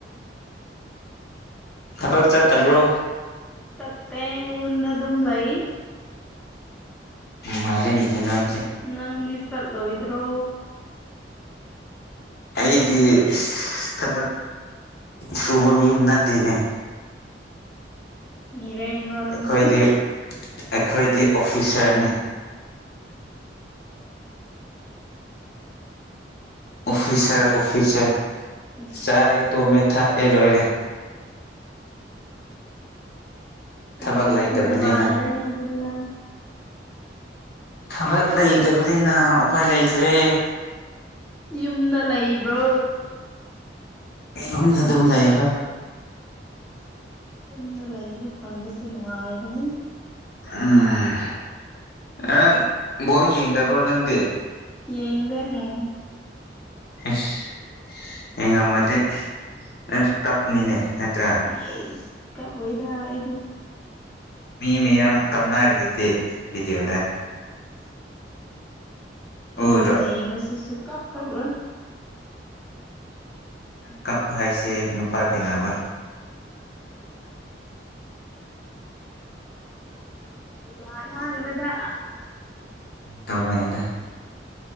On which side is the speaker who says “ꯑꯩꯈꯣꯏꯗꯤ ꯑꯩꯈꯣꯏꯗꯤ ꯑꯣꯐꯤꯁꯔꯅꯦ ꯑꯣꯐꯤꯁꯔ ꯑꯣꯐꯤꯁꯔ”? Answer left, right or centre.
Left